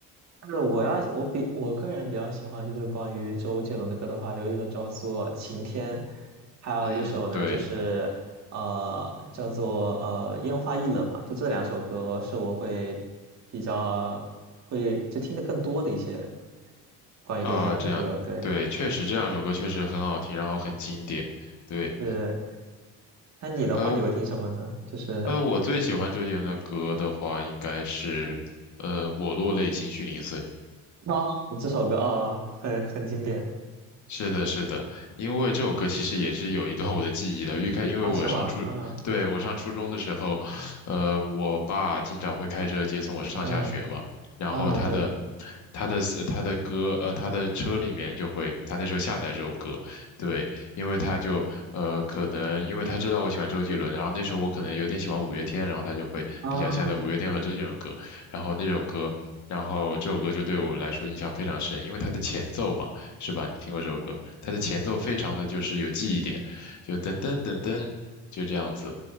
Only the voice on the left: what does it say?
嗯，对，
啊，这样，
对，确实这两首歌确实很好听，然后很经典，对。
呃，
呃，我最喜欢周杰伦的歌的话，应该是呃《我落泪情绪零碎》。
是的，是的，因为这首歌其实也是有一段我的记忆的。因为因为我上初，
对，我上初中的时候，呃，我爸经常会开车接送我上下学嘛，
然后他的
他的他的歌，呃，他的车里面就会，他那时候下载这首歌，对，因为他就呃，可能因为他知道我喜欢周杰伦，然后那时候我可能有点喜欢五月天，然后他就会比较下载五月天和周杰伦歌，
然后那首歌。然后这首歌就对我来说印象非常深，因为它的前奏嘛。是吧？你听过这首歌，它的前奏非常的就是有记忆点，就噔噔噔噔，就这样子，